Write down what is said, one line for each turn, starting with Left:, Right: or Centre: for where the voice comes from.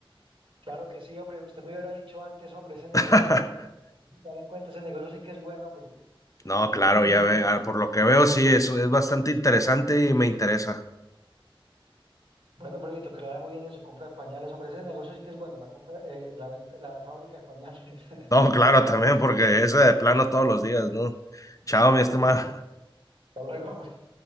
Right: Claro que sí, hombre, usted me hubiera dicho antes, hombre, ese negocio,
Left: <laughs>
Right: hay que tener en cuenta, ese negocio sí que es bueno, hombre.
Left: No, claro,
Right: <clears throat>
Left: ya ve, ah, por lo que veo, sí, eso es bastante interesante y me interesa.
Right: Bueno, hombre, Vito, que le da muy bien en su compra de pañales. Hombre, ese negocio sí que es bueno, la compra, eh, la venta, la fábrica de pañales. <laughs>
Left: No, <laughs> claro, también, porque ese de plano todos los días, ¿no? Chao,
Right: Exacto.
Left: mi estimado.
Right: Hasta luego, hombre.